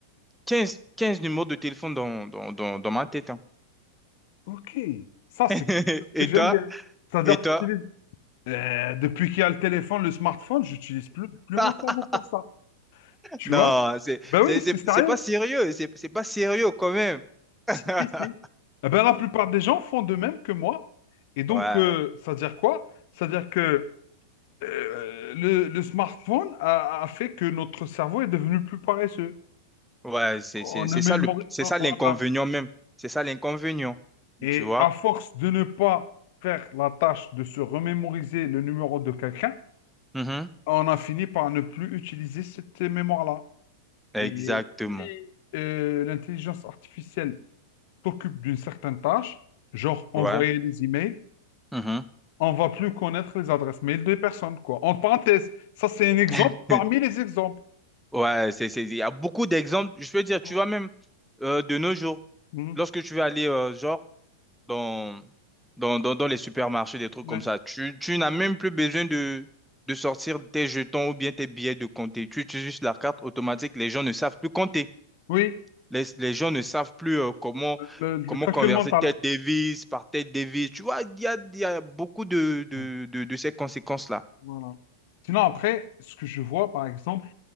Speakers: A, in the centre; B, on the left.
A: quinze 15 numéros de téléphone dans, dans, dans, dans ma tête. hein.
B: ok. Ça, c'est
A: <laughs>
B: quelque chose
A: Et
B: que j'aime
A: toi?
B: bien. C'est-à-dire
A: Et
B: que
A: toi?
B: j'utilise- Euh, depuis qu'il y a le téléphone, le smartphone, j'utilise plus, plus
A: <laughs>
B: mon cerveau pour ça. Tu
A: Non,
B: vois?
A: c'est
B: Ben
A: c'est-
B: oui, c'est
A: c'est-
B: sérieux.
A: c'est pas sérieux. C'est c'est pas sérieux quand même. <laughs>
B: Si, si, si. Eh ben, la plupart des gens font de même que moi. Et donc,
A: Ouais,
B: euh, ça veut dire quoi? Ça veut dire que euh, le, le smartphone a, a fait que notre cerveau est devenu plus paresseux.
A: ouais, c'est
B: On
A: c'est- c'est
B: a mémorisé.
A: ça le c'est ça
B: Voilà.
A: l'inconvénient même. C'est ça l'inconvénient.
B: Et
A: Tu vois?
B: à force de ne pas faire la tâche de se remémoriser le numéro de quelqu'un,
A: Mhm.
B: on a fini par ne plus utiliser cette mémoire-là.
A: Exactement.
B: Et si euh, l'intelligence artificielle s'occupe d'une certaine tâche, genre envoyer
A: Ouais.
B: des emails,
A: mhm.
B: on va plus connaître les adresses mail des personnes, quoi. En parenthèse, ça c'est un exemple
A: <laughs>
B: parmi les exemples.
A: Ouais, c'est, c'est, il y a beaucoup d'exemples. Je peux dire, tu
B: Ah.
A: vois même euh, de nos jours,
B: Mhm.
A: lorsque tu vas aller euh, genre dans, dans, dans, dans les supermarchés, des trucs
B: Mais-
A: comme ça, tu, tu n'as même plus besoin de, de sortir tes jetons ou bien tes billets de compter. Tu utilises juste la carte automatique. Les gens ne savent plus compter.
B: Oui.
A: Les, les gens ne savent plus euh, comment,
B: Le, le
A: comment
B: calcul
A: converser
B: mental.
A: telle devise par telle devise. Tu vois, il y a, il y a beaucoup de, de,
B: Ouais.
A: de, de ces conséquences-là.
B: Voilà. Sinon, après, ce que je vois, par exemple,